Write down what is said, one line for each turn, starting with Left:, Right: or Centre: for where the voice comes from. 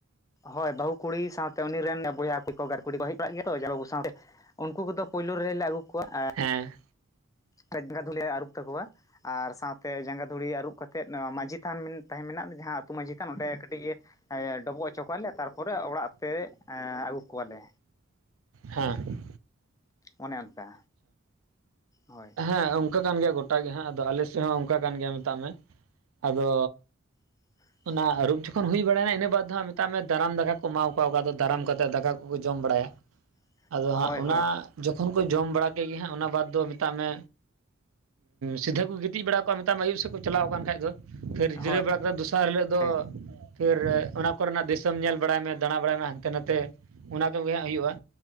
Left: ᱦᱳᱭ ᱵᱟᱹᱦᱩ ᱠᱩᱲᱤ ᱥᱟᱶᱛᱮ ᱩᱱᱤ ᱨᱮᱱ ᱵᱚᱭᱦᱟ ᱠᱩᱲᱤ ᱠᱚ ᱜᱟᱨ ᱠᱩᱲᱤ ᱠᱚ ᱦᱮᱡ ᱵᱟᱲᱟᱜ ᱜᱮᱭᱟ ᱛᱚ ᱡᱟᱢᱟᱭ ᱵᱟᱹᱵᱩ ᱥᱟᱶᱛᱮ᱾ ᱩᱱᱠᱩ ᱠᱚᱫᱚ ᱯᱩᱭᱞᱳ ᱨᱮᱞᱮ ᱟᱹᱜᱩ ᱠᱚᱣᱟ ᱟᱨ
Right: ᱦᱮᱸ
Left: ᱠᱟ ᱡᱟᱸᱜᱟ ᱫᱚᱞᱮ ᱟᱹᱨᱩᱵᱽ ᱛᱟᱠᱚᱣᱟ᱾ ᱟᱨ ᱥᱟᱶᱛᱮ ᱡᱟᱸᱜᱟ ᱫᱷᱩᱲᱤ ᱟᱹᱨᱩᱵᱽ ᱠᱟᱛᱮᱫ ᱢᱟᱺᱡᱷᱤ ᱛᱷᱟᱱ ᱛᱟᱦᱮᱸᱱ ᱢᱮᱱᱟᱜ ᱡᱟᱦᱟᱸ ᱟᱹᱛᱩ ᱢᱟᱹᱡᱷᱤ ᱛᱷᱟᱱ ᱚᱸᱰᱮ ᱠᱟᱹᱴᱤᱡ ᱜᱮ ᱟᱭᱟ ᱰᱚᱵᱚᱜ ᱦᱚᱪᱚ ᱠᱚᱣᱟᱞᱮ, ᱛᱟᱨᱯᱚᱨᱮ ᱚᱲᱟᱜ ᱛᱮ ᱮᱸ ᱟᱹᱜᱩ ᱠᱚᱣᱟ ᱞᱮ᱾
Right: ᱦᱚᱸ
Left: ᱚᱱᱮ ᱚᱱᱠᱟ ᱦᱳᱭ
Right: ᱦᱮᱸ ᱚᱱᱠᱟ ᱠᱟᱱ ᱜᱮᱭᱟ ᱜᱚᱴᱟ ᱜᱮ ᱦᱟᱸᱜ᱾ ᱟᱫᱚ ᱟᱞᱮ ᱥᱮᱫ ᱦᱚᱸ ᱚᱱᱠᱟ ᱠᱟᱱ ᱜᱮᱭᱟ ᱢᱮᱛᱟᱜ ᱢᱮ᱾ ᱟᱫᱚ
Left: <unintelligible>
Right: ᱚᱱᱟ ᱟᱹᱨᱩᱵᱽ ᱡᱚᱠᱷᱚᱱ ᱦᱩᱭ ᱵᱟᱲᱟᱭ ᱮᱱᱟ᱾ ᱤᱱᱟᱹ ᱵᱟᱫᱽ ᱫᱚᱦᱟᱸᱜ ᱢᱮᱛᱟᱜ ᱢᱮ ᱫᱟᱨᱟᱢ ᱫᱟᱠᱟ ᱠᱚ ᱮᱢᱟᱣ ᱟᱠᱚᱣᱟ᱾ ᱚᱠᱟ ᱫᱚ ᱫᱟᱨᱟᱢ ᱠᱟᱛᱮᱫ ᱫᱟᱠᱟ ᱠᱚᱠᱚ ᱡᱚᱢ ᱵᱟᱲᱟᱭᱟ᱾
Left: <unintelligible>
Right: ᱟᱫᱚ ᱦᱟᱸᱜ ᱚᱱᱟ
Left: ᱦᱳᱭ
Right: ᱡᱚᱠᱷᱚᱱ ᱠᱚ ᱡᱚᱢ ᱵᱟᱲᱟ ᱠᱮᱫ ᱜᱮ ᱦᱟᱸᱜ ᱚᱱᱟ ᱵᱟᱫᱽ ᱫᱚ ᱢᱮᱛᱟᱜ ᱢᱮ ᱥᱤᱫᱷᱟᱹ ᱠᱚ ᱜᱤᱛᱤᱡ ᱵᱟᱲᱟ ᱠᱚᱜ-ᱟ ᱢᱮᱛᱟᱢ ᱢᱮ ᱟᱭᱩᱵ ᱥᱮᱫ ᱠᱚ ᱪᱟᱞᱟᱣ ᱟᱠᱟᱱ ᱠᱷᱟᱡ ᱫᱚ᱾ ᱯᱷᱮᱨ ᱡᱤᱨᱟᱹᱣ
Left: ᱦᱳᱭ
Right: ᱵᱟᱲᱟ ᱠᱟᱛᱮᱫ ᱫᱚᱥᱟᱨ ᱦᱤᱞᱳᱜ ᱫᱚ
Left: ᱦᱳᱭ
Right: ᱯᱷᱮᱨ ᱚᱱᱟ ᱠᱚ ᱨᱮᱱᱟᱜ ᱫᱤᱥᱚᱢ ᱧᱮᱞ ᱵᱟᱲᱟᱭ ᱢᱮ ᱫᱟᱬᱟ ᱵᱟᱲᱟᱭ ᱢᱮ ᱦᱟᱱᱛᱮ ᱱᱟᱛᱮ ᱚᱱᱟ ᱠᱚᱜᱮ ᱦᱟᱸᱜ ᱦᱩᱭᱩᱜ-ᱟ᱾